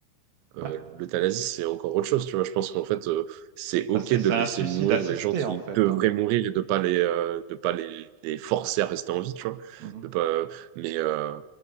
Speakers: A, on the right (about 80°); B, on the right (about 65°).
A: Euh,
B: Ouais.
A: l'euthanasie, c'est encore autre chose, tu vois. Je pense qu'en fait, euh, c'est OK
B: Bah, c'est
A: de
B: c'est
A: laisser
B: un suicide
A: mourir
B: assisté,
A: les gens qui
B: en fait.
A: devraient
B: hein.
A: mourir et de pas les, euh, de pas les, les forcer à rester en vie, tu vois.
B: Mhm.
A: De pas, mais, euh,